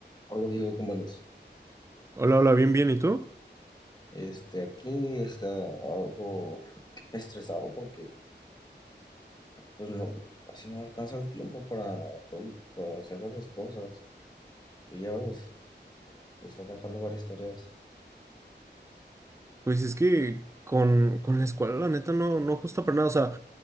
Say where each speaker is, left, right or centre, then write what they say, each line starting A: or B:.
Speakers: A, on the left; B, on the right.
A: Hola digo ¿cómo andas?
B: Hola, hola, bien, bien. ¿Y tú?
A: Este, aquí está algo estresado porque pues no, casi no alcanza el tiempo para, todo- para hacer varias cosas. Y ya ves, me están dejando varias tareas.
B: Pues es que con, con la escuela, la neta, no, no justo para nada. O sea,